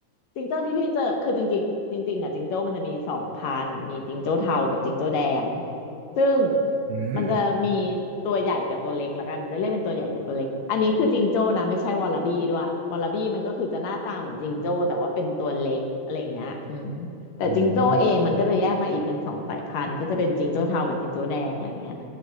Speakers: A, on the left (about 75°); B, on the right (about 80°).
A: จิงโจ้ที่พี่เจอคือจริงๆจริงๆอ่ะจิงโจ้มันจะมีสองพันธุ์มีจิงโจ้เทากับจิงโจ้แดงซึ่ง
B: อืม
A: มันจะมีตัวใหญ่กับตัวเล็กละกันมันจะเรียกเป็นตัวใหญ่กับตัวเล็กอันนี้คือจิงโจ้นะไม่ใช่วอลลาบี้ด้วยวอลลาบี้มันก็คือจะหน้าตาเหมือนจิงโจ้แต่ว่าเป็นตัวเล็กอะไรอย่างเงี้ยอืมแต่จิงโจ้เองมันก็จะแยกมาอีกเป็นสองสายพันธุ์ก็จะเป็นจิงโจ้เทากับจิงโจ้แดงอะไรอย่างเงี้ย
B: อืม